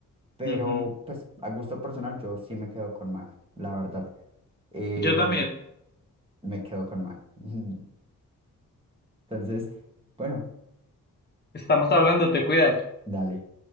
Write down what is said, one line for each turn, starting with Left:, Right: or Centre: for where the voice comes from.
Right: Pero
Left: Ujú.
Right: pues a gusto personal yo sí me quedo con Mac, la verdad. Eh,
Left: Yo también.
Right: me quedo con Mac. <laughs> Entonces, bueno,
Left: Estamos hablando, te cuidas.
Right: dale.